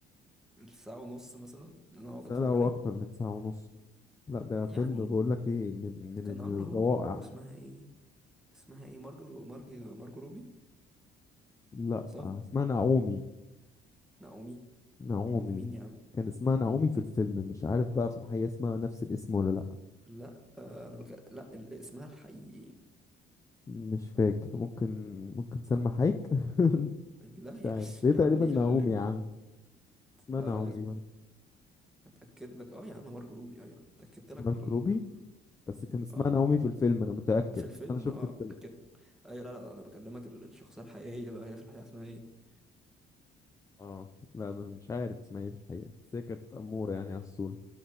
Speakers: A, in the centre; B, on the left.
A: الساعة ونص مثلا ان انا اقعد
B: سنة
A: اتفرج
B: او
A: عليه
B: اكتر من ساعة ونص لا ده فيلم
A: يعني
B: بقول لك ايه من من
A: كان عامله
B: الروائع
A: هو واسمها ايه اسمها ايه مارجو مارجو مارجو روبي
B: لا
A: صح
B: اسمها نعومي
A: نعومي
B: نعومي
A: نعومي مين يا عم
B: كان اسمها نعومي في الفيلم مش عارف بقى في الحقيقة اسمها نفس الاسم ولا لا
A: لا آه انا بك... لا ال... اسمها الحقيقي
B: مش فاكر ممكن ممكن سلمى حايك
A: لا
B: <laughs> مش
A: يا,
B: عارف بس
A: <laughs>
B: هي تقريبا
A: يا عم ايه
B: نعومي
A: ال... ال-
B: يا عم اسمها
A: لا
B: نعومي
A: لا اصبر
B: بقى.
A: هتأكد لك اه يا عم مارجو روبي ايوه اتأكدت لك
B: مارك
A: من ال...
B: روبي بس كان
A: من ال...
B: اسمها
A: اه
B: نعومي في الفيلم انا متأكد
A: في الفيلم
B: انا شفت
A: اه
B: الفيلم
A: كده اي لا لا انا بكلمك ال- الشخصيه الحقيقيه بقى هي في الحقيقه اسمها ايه
B: اه لا بس مش عارف اسمها ايه في الحقيقة بس هي كانت أمورة يعني على الصورة